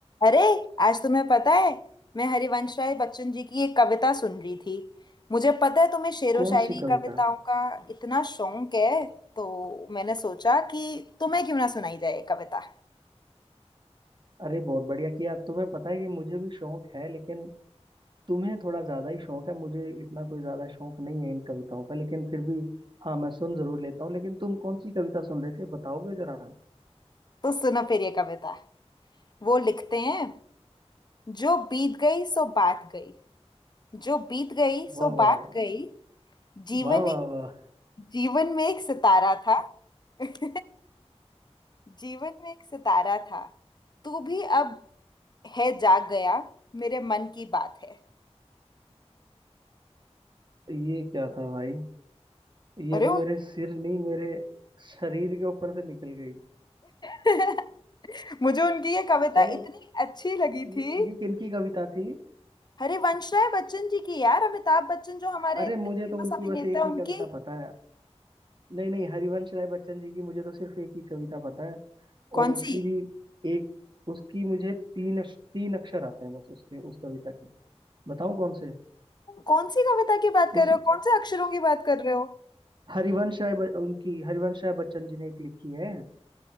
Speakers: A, on the left; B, on the right.
A: अरे आज तुम्हें पता है मैं हरिवंश राय बच्चन जी की एक कविता सुन रही थी मुझे पता है तुम्हें शेरो
B: कौन
A: शायरी
B: सी कविता
A: कविताओं का इतना शौक है तो मैंने सोचा कि तुम्हें क्यों ना सुनाई जाए ये कविता
B: अरे बहुत बढ़िया किया तुम्हें पता है कि मुझे भी शौक है लेकिन तुम्हें थोड़ा ज्यादा ही शौक है मुझे इतना कोई ज्यादा शौक नहीं है इन कविताओं का लेकिन फिर भी हाँ मैं सुन जरूर लेता हूँ लेकिन तुम कौन सी कविता सुन रहे थे बताओगे जरा
A: तो सुनो फिर ये कविता वो लिखते हैं जो बीत गई सो बात गई जो बीत गई सो
B: वाह वाह
A: बात गई जीवन
B: वाह वाह
A: एक
B: वाह वाह
A: जीवन में एक सितारा था <laughs> जीवन में एक सितारा था तू भी अब है जाग गया मेरे मन की बात है
B: <laughs> ये क्या था भाई ये
A: अरे
B: तो मेरे सिर नहीं मेरे शरीर के ऊपर से निकल गई
A: <laughs> मुझे उनकी ये कविता
B: चलो
A: इतनी अच्छी लगी
B: ये
A: थी
B: ये किनकी कविता थी
A: हरिवंश राय बच्चन जी की यार अमिताभ बच्चन जो हमारे
B: अरे
A: इतने
B: मुझे तो
A: फेमस
B: उनकी
A: अभिनेता
B: बस एक
A: हैं उनकी
B: ही कविता पता है नहीं नहीं हरिवंश राय बच्चन जी की मुझे तो सिर्फ एक ही कविता पता है
A: कौन
B: और उसकी
A: सी
B: भी एक उसकी मुझे तीन अक्ष- तीन अक्षर आते हैं बस उसके उस कविता के बताऊं कौन से
A: कौन सी कविता की बात कर
B: उसी
A: रहे हो कौन से अक्षरों की बात कर रहे हो
B: हरिवंश राय ब- उनकी हरिवंश राय बच्चन जी ने एक लिखी है